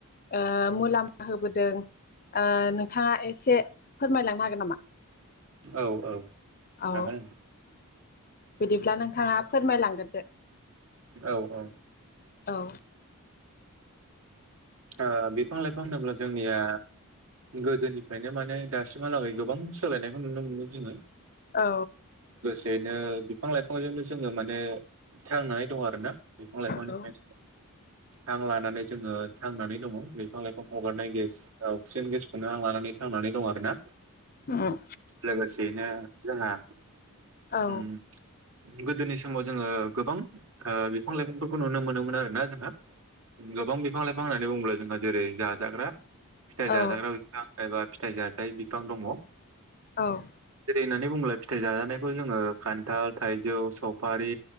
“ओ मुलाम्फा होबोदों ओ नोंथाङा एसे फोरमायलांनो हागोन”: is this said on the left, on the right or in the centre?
Left